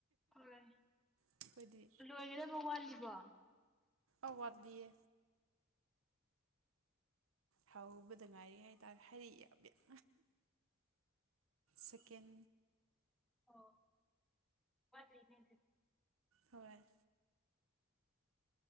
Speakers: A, in the centre; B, on the right.
A: ꯍꯣꯏ
B: ꯑꯩꯈꯣꯏꯗꯤ
A: ꯂꯣꯏꯒꯗꯕ ꯋꯥꯠꯂꯤꯕꯣ
B: ꯑꯋꯥꯠꯂꯤꯌꯦ ꯍꯧꯕꯗ ꯉꯥꯏꯔꯤ ꯍꯥꯏꯇꯥꯔꯦ ꯍꯩꯔꯤ ꯌꯥꯝ ꯌꯥꯝ ꯁꯦꯀꯦꯟ
A: ꯑꯣ ꯃꯠꯂꯤꯅꯦꯗ
B: ꯍꯣꯏ